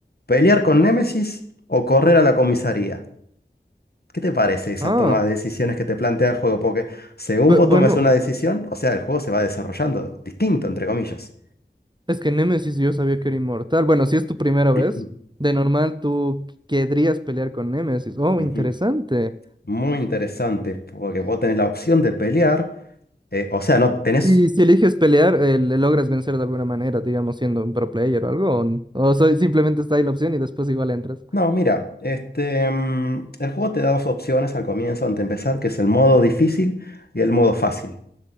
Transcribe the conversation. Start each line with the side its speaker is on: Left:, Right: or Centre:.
Left: ¿Pelear con Némesis o correr a la comisaría? ¿Qué te parece esa
Right: Ah,
Left: toma de decisiones que te plantea el juego? Porque según
Right: bu-
Left: vos
Right: bueno,
Left: tomes una decisión, o sea, el juego se va desarrollando distinto, entre comillas.
Right: es que Nemesis yo sabía que era inmortal. Bueno, si es tu primera vez,
Left: <clears throat> Ujú.
Right: de normal tú querrías pelear con Nemesis. Oh,
Left: Ujú.
Right: interesante.
Left: Muy interesante, porque vos tenés la opción de pelear, eh, o sea, no tenés...
Right: Y si eliges pelear, eh, le logras vencer de alguna manera, digamos, siendo un pro player o algo. O, n- o soy- simplemente está ahí la opción y después igual entras.
Left: No, mira, este, mm, el juego te da dos opciones al comienzo, antes de empezar, que es el modo difícil y el modo fácil.